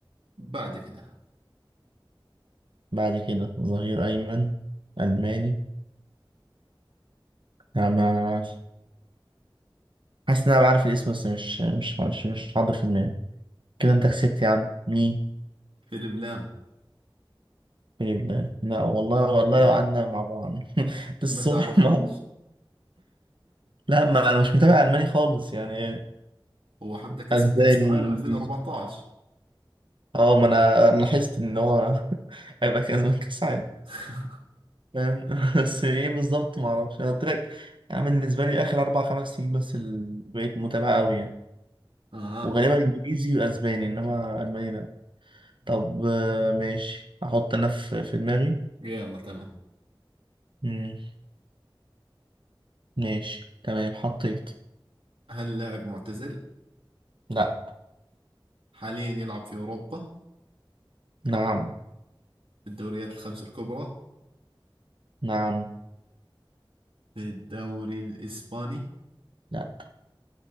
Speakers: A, on the right; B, on the right.
A: بعد كده
B: بعد كده ظهير أيمن ألماني أنا ما- حاسس إن أنا بعرف الاسم بس مش مش مش, مش حاضر في دماغي كده أنت كسبت يا عم مين
A: فيليب لام
B: لا لا والله والله
A: لا،
B: لو قعدنا مع بعض <laughs> الصبح
A: ما تعرفوش
B: ما لا ما أنا مش متابع ألماني خالص يعني
A: هو حتى كسب
B: اسباني
A: كأس العالم
B: انجليزي
A: 2014
B: اه ما انا أنا لاحظت ان هو <laughs> هيبقى كان كاس عالم
A: <laughs>
B: فاهم <laughs> بس ايه بالظبط ما اعرفش انا قلت لك يعني بالنسبه لي اخر اربع خمس سنين بس اللي بقيت متابع قوي يعني
A: اها
B: وغالبا انجليزي واسباني انما الماني لا طب آه، ماشي احط انا في في دماغي
A: يلا تمام
B: مم، ماشي تمام حطيت
A: هل لاعب معتزل
B: لا
A: حاليا يلعب في أوروبا
B: نعم
A: في الدوريات الخمس الكبرى
B: نعم
A: في الدوري الإسباني
B: لا